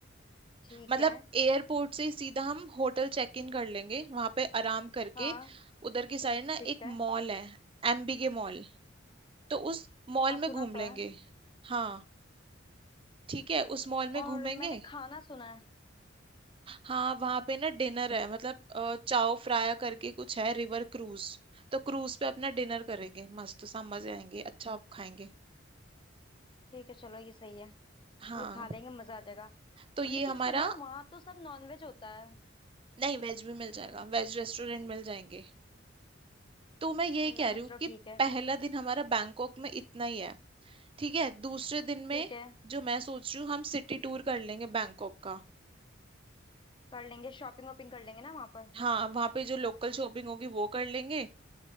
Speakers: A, on the left (about 25°); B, on the right (about 25°).
A: ठीक
B: मतलब
A: है
B: एयरपोर्ट से ही सीधा हम होटल चेक इन कर लेंगे वहां पे आराम करके
A: हाँ
B: उधर की साइड ना
A: ठीक
B: एक
A: है
B: मॉल है एमबीके मॉल तो उस मॉल
A: हाँ सुना
B: में घूम
A: तो
B: लेंगे
A: है
B: हाँ ठीक है उस मॉल में
A: और
B: घूमेंगे
A: मैंने खाना सुना है
B: हाँ वहाँ पे ना डिनर है मतलब अ, चाओ फ्राया करके कुछ है रिवर क्रूज तो क्रूज पे अपना डिनर करेंगे मस्त सा मजे आएंगे अच्छा खाएंगे
A: ठीक है चलो ये सही है
B: हाँ
A: ये खा लेंगे मजा आ जाएगा
B: तो ये
A: और लेकिन
B: हमारा
A: सुनो वहां तो सब नॉनवेज होता है
B: नहीं वेज भी मिल जाएगा वेज रेस्टोरेंट मिल जाएंगे तो मैं यही
A: मिल
B: कह
A: जाएंगे
B: रही
A: ना चलो
B: हूँ कि
A: ठीक है
B: पहला दिन हमारा बैंकॉक में इतना ही है ठीक है दूसरे दिन में
A: ठीक है
B: जो मैं सोच रही हूँ हम सिटी टूर कर लेंगे बैंकॉक का
A: कर लेंगे शॉपिंग वॉपिंग कर लेंगे ना वहां पर
B: हाँ वहाँ पे जो लोकल शॉपिंग होगी वो कर लेंगे